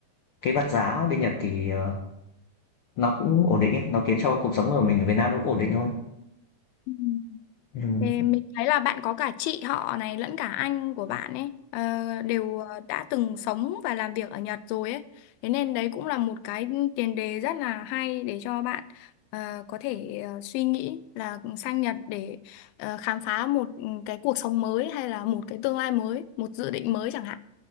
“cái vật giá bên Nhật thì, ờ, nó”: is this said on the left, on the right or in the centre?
Left